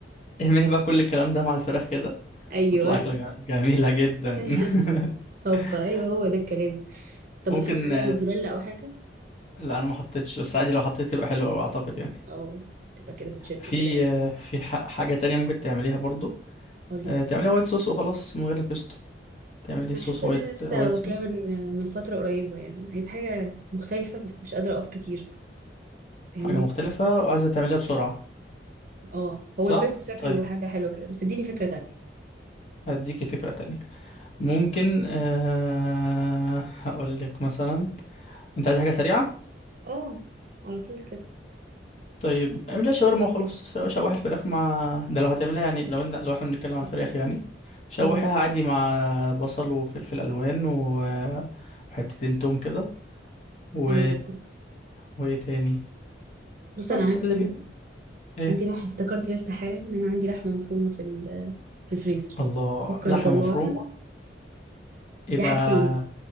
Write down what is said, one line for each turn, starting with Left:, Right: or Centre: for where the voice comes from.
Left: اهمي بقى كل الكلام ده مع الفراخ كده
Right: ايوه
Left: تطلع اكله جم- جميله جدا
Right: <laughs>
Left: <laughs>
Right: هوبا ايوه هو ده الكلام طب
Left: ممكن
Right: بتحط عليها
Left: آه،
Right: موتزاريلا او حاجه
Left: لا انا ما حطيتش بس عادي لو حطيت تبقى حلوه قوي اعتقد يعني
Right: اه تبقى كده بتشد
Left: في
Right: كده
Left: آه، في ح- حاجه تانية ممكن تعمليها برضو
Right: قولي
Left: آه، تعمليها وايت صوص وخلاص من غير البيستو تعملي
Right: ما
Left: صوص
Right: انا حاسه
Left: وايت
Right: ان انا لسه
Left: وايت
Right: واكلاه
Left: صوص
Right: من من فتره قريبه يعني عايز حاجه مختلفه بس مش قادره اقف كتير فاهمني
Left: حاجه مختلفه وعايزه تعمليها بسرعه
Right: اه هو
Left: صح
Right: البيستو شكله
Left: طيب
Right: حاجه حلوه كده بس اديني فكره تانية
Left: هديكي فكره تانية ممكن أه هقول لك مثلا انت عايز حاجه سريعه
Right: اه على طول كده
Left: طيب اعملها شاورما وخلاص س- شوح الفراخ مع ده لو هتعملها يعني لو ان... لو احنا بنتكلم
Right: اتفقنا.
Left: عن الفراخ يعني شوحيها
Right: مم.
Left: عادي مع بصل وفلفل الوان و... وحتتين توم كده و
Right: حلو جدا
Left: وايه تاني
Right: بص
Left: بس
Right: انا
Left: اللي
Right: عندي
Left: بي... ايه
Right: عندي لحمه افتكرت لسه حالا ان انا عندي لحمه مفرومه في ال- في الفريزر
Left: الله
Right: بفكر
Left: لحمه
Right: اطلعها
Left: مفرومه يبقى
Right: يا حاجتين